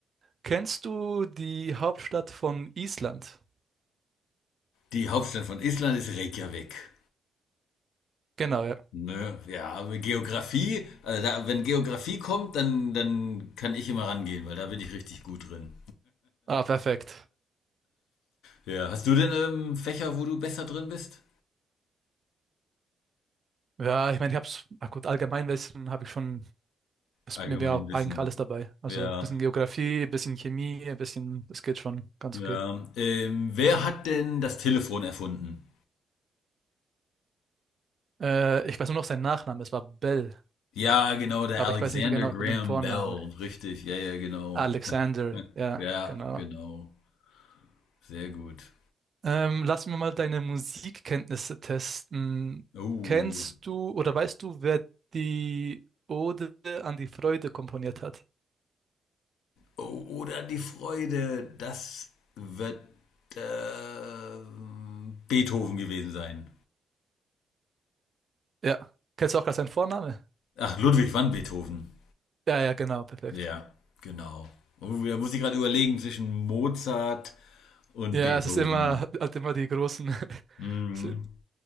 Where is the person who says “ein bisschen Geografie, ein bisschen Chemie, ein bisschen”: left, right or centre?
Right